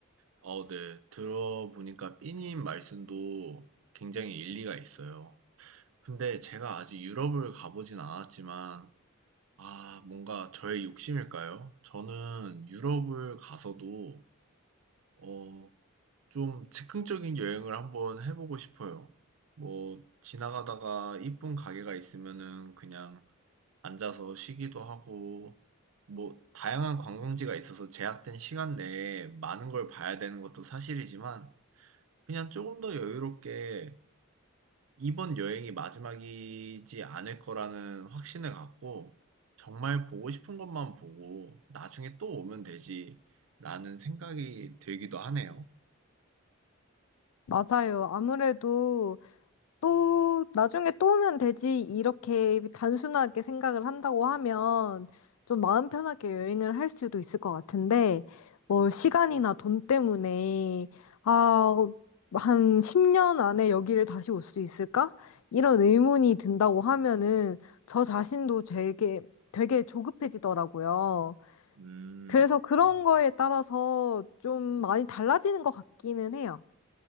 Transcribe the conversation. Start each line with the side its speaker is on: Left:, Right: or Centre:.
Right: 어, 네. 들어보니까 삐님 말씀도 굉장히 일리가 있어요. 근데 제가 아직 유럽을 가보진 않았지만, 아, 뭔가 저의 욕심일까요? 저는 유럽을 가서도, 어, 좀 즉흥적인 여행을 한번 해보고 싶어요. 뭐, 지나가다가 이쁜 가게가 있으면은 그냥 앉아서 쉬기도 하고, 뭐, 다양한 관광지가 있어서 제약된 시간 내에 많은 걸 봐야 되는 것도 사실이지만, 그냥 조금 더 여유롭게 이번 여행이 마지막이지 않을 거라는 확신을 갖고, 정말 보고 싶은 것만 보고, 나중에 또 오면 되지라는 생각이 들기도 하네요.
Left: 맞아요. 아무래도 또 나중에 또 오면 되지 이렇게 단순하게 생각을 한다고 하면 좀 마음 편하게 여행을 할 수도 있을 것 같은데 뭐 시간이나 돈 때문에 아, 한 10년 안에 여기를 다시 올 수 있을까? 이런 의문이 든다고 하면은 저 자신도 되게 되게 조급해지더라고요.
Right: 음,
Left: 그래서 그런 거에 따라서 좀 많이 달라지는 것 같기는 해요.